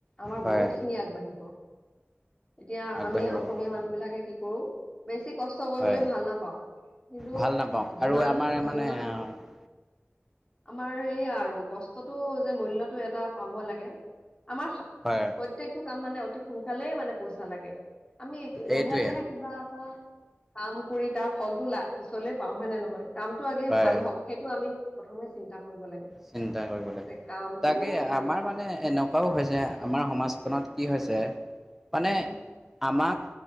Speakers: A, on the left; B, in the centre.
A: আমাৰ
B: হয়
A: বহুত খিনি আগবাঢ়িব। এতিয়া
B: আগবাঢ়িব
A: আমি অসমীয়া
B: বহুত
A: মানুহ বিলাকে কি কৰো। বেছি কষ্ট কৰিবলে
B: হয়
A: ভাল নাপাওঁ কিন্তু
B: ভাল নাপাওঁ আৰু
A: যিমান
B: আমাৰ মানে
A: যিমান
B: আ
A: আমাৰ এয়া আৰু কষ্টটো যে মূল্যটো এটা পাব লাগে আমাৰ স
B: হয়।
A: প্রত্যকটো কাম মানে অতি সোনকালেই মানে পইচা লাগে। আমি লাহে,
B: এইটোৱে
A: লাহে কিবা এটা কাম কৰি তাৰ ফলটো লা- পিছলে পাওঁ হয় নে নহয় কামটো আগে
B: হয়
A: ভাল হওঁক। সেইটো আমি প্ৰথমে চিন্তা কৰিব লাগে।
B: চিন্তা কৰিব লাগে।
A: যে কামটো
B: তাকে
A: ভাল
B: আমাৰ
A: হওক
B: মানে এনেকুৱাও হৈছে আমাৰ সমাজখনত কি হৈছে মানে
A: উম।
B: আমাক